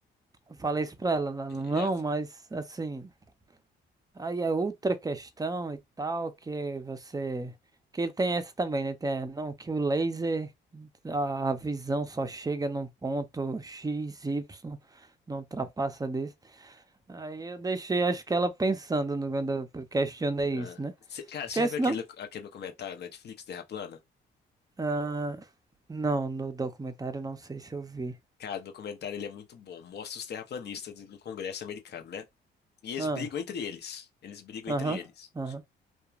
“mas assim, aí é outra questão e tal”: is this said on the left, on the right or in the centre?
Right